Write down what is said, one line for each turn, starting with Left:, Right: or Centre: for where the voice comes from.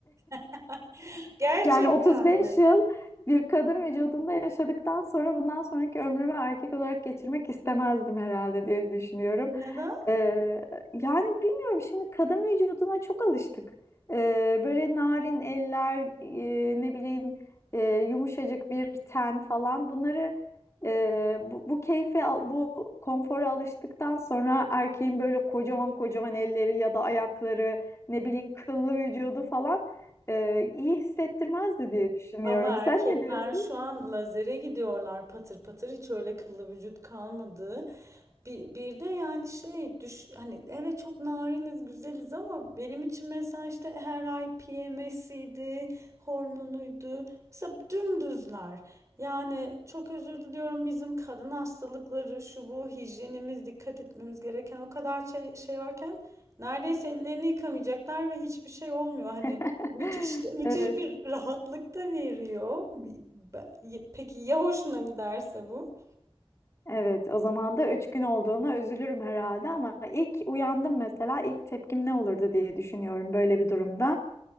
Right: <laughs> Gerçekten
Left: Yani 35
Right: mi?
Left: yıl bir kadın vücudunda yaşadıktan sonra bundan sonraki ömrümü erkek olarak geçirmek istemezdim herhalde diye düşünüyorum.
Right: Neden?
Left: Ee, yani bilmiyorum şimdi kadın vücuduna çok alıştık. Ee, böyle narin eller, e, ne bileyim e, yumuşacık bir ten falan bunları e, bu, bu keyfe al- bu konfora alıştıktan sonra erkeğin böyle kocaman kocaman elleri ya da ayakları ne bileyim kıllı vücudu falan e, iyi hissettirmezdi diye düşünüyorum.
Right: Ama Evet.
Left: Sen
Right: erkekler
Left: ne diyorsun?
Right: şu an lazere gidiyorlar patır patır hiç öyle kıllı vücut kalmadı. Bir, bir de yani şey düş hani evet çok nariniz güzeliz ama benim için mesela işte her ay PMS'iydi, hormonuydu. Mesela dümdüzler. Yani çok özür diliyorum bizim kadın hastalıkları şu bu hijyenimiz dikkat etmemiz gereken o kadar şey, şey varken neredeyse ellerini yıkamayacaklar ve hiçbir şey olmuyor. Hani
Left: <laughs>
Right: Müthiş müthiş
Left: Evet.
Right: bir rahatlık da veriyor. Bi- be- Peki ya hoşuna giderse bu?
Left: Evet, o zaman da üç gün olduğuna üzülürüm herhalde ama ilk uyandım mesela ilk tepkim ne olurdu diye düşünüyorum böyle bir durumda.